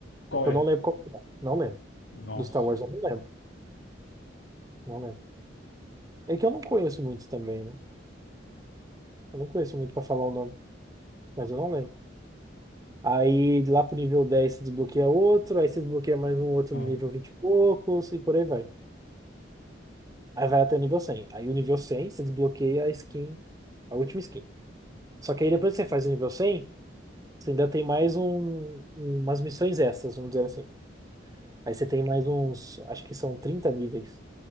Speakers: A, on the left; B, on the right.
A: Qual
B: Eu
A: é?
B: não lembro qual que é. Não lembro.
A: Nossa.
B: Do Star Wars, eu não lembro. Não lembro. É que eu não conheço muito também, né? Eu não conheço muito pra falar o nome, mas eu não lembro. Aí, lá pro nível 10 você desbloqueia outro. Aí, você desbloqueia mais um outro
A: Ah.
B: no nível 20 e poucos. E por aí vai. Aí vai até o nível cem Aí o nível 100 você desbloqueia a skin, a última skin. Só que aí depois que você faz o nível 100 você ainda tem mais um, umas missões extras, vamos dizer assim. Aí você tem mais uns, acho que são 30 níveis.